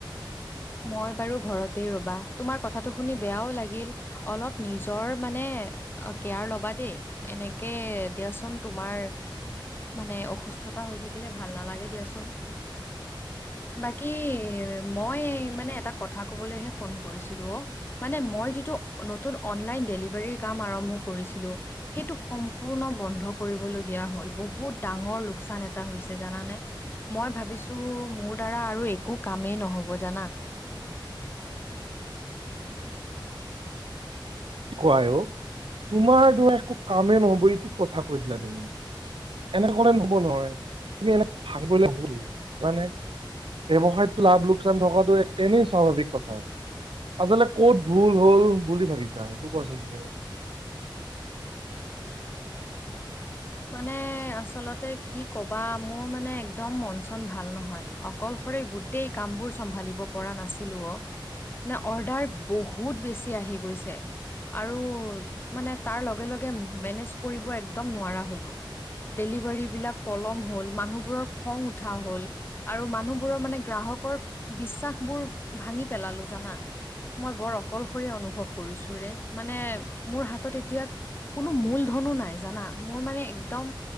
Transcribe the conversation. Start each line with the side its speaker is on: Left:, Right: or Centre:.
Left: মই বাৰু ঘৰতেই ৰবা! তোমাৰ কথাটো শুনি বেয়াও লাগিল অলপ নিজৰ মানে অ কেয়াৰ লবা দেই, এনেকে দিয়াচোন তোমাৰ মানে অসুস্থতা হৈ থাকিলে ভাল নালাগে দিয়াচোন। বাকী মই মানে এটা কথা কবলৈহে ফোন কৰিছিলো অ। মানে মই যিটো নতুন অনলাইন ডেলিভাৰীৰ কাম আৰম্ভ কৰিছিলো সেইটো সম্পূৰ্ণ বন্ধ কৰিবলগীয়া হ'ল, বহুত ডাঙৰ লোকচান এটা হৈছে জানানে? মই ভাবিছো মোৰ দ্বাৰা আৰু একো কামেই নহব জানা?
Right: কুৱাই অ তোমাৰ দোৰা একো কামে নহব এইটো কথা কৈ দিলা তুমি? এনেকে কলে নহব নহয়, তুমি এনে ভাঙ পৰিলে হল মানে ব্যৱসায়টো লাভ - লোকচান থকাটো এক তেনেই স্বাভাৱিক কথা। আচলতে কত ভুল হল বুলি ভাবিছা সেইটো কোৱাচোন তুমি মোক?
Left: মানে আচলতে কি কবা মোৰ মানে একদম মন চন ভাল নহয়? অকলশৰে গোটেই কামবোৰ চম্ভালিব পৰা নাছিলো অ। নে অৰ্ডাৰ বহুত বেছি আহি গৈছে। আৰু মানে তাৰ লগে লগে মেনেজ কৰিব একদম নোৱাৰা হ'ল। হলোঁ, ডেলিভাৰীবিলাক পলম হল, মানুহবোৰৰ খং উঠা হল। আৰু মানুহবোৰৰ মানে গ্ৰাহকৰ বিশ্বাস বোৰ ভাঙি পেলালো জানা? মই বৰ অকলশৰীয়া অনুভৱ কৰিছো ৰে? মানে মোৰ হাতত এতিয়া কোনো মূল ধনো নাই জানা? মোৰ মানে একদম